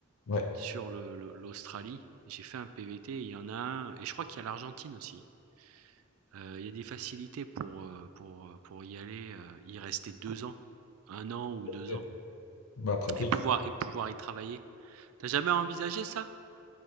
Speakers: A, on the left (about 75°); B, on the right (about 70°).
A: Ouais.
B: sur le le- l'Australie, j'ai fait un PVT, il y en a un, et je crois qu'il y a l'Argentine aussi. Euh, Il y a des facilités pour, euh, pour, euh, pour y aller, euh, y rester deux ans, un an ou deux
A: Ok.
B: ans,
A: Bah, pratique.
B: et pouvoir, et pouvoir y travailler. T'as jamais envisagé ça?